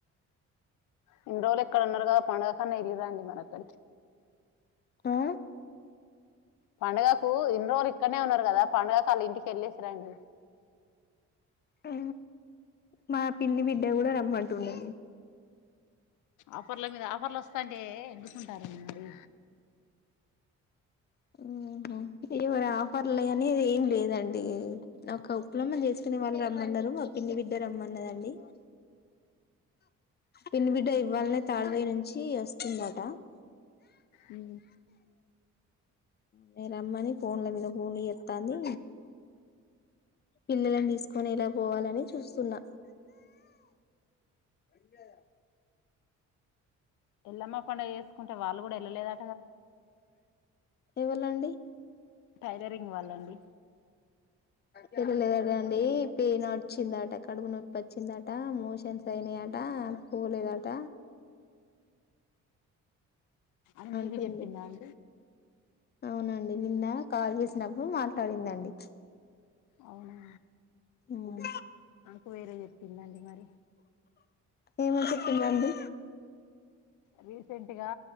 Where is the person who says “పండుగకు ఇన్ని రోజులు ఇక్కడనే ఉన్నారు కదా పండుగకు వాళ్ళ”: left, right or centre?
Left